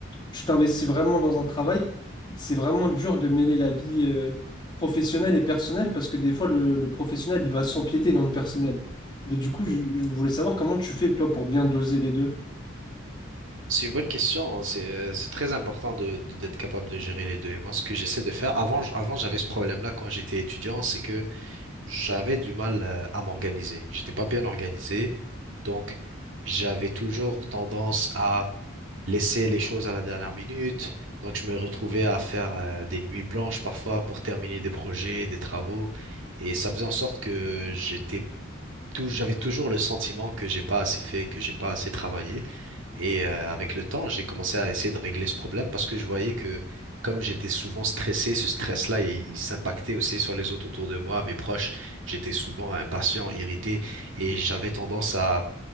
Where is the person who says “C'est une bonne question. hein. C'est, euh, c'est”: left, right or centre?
Right